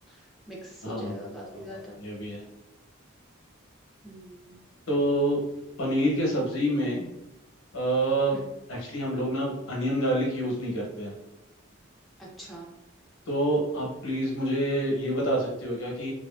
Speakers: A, in the centre; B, on the left.
A: <laughs> मिक्स
B: हाँ
A: हो जाएगा
B: हाँ
A: काफी
B: हाँ,
A: ज्यादा
B: हाँ, ये भी है
A: हम्म
B: तो पनीर के सब्जी में एक्चुअली
A: हम्म,
B: हम लोग ना अनियन गार्लिक यूज़ नहीं करते हैं
A: अच्छा
B: तो आप प्लीज़ मुझे ये बता सकते हो क्या कि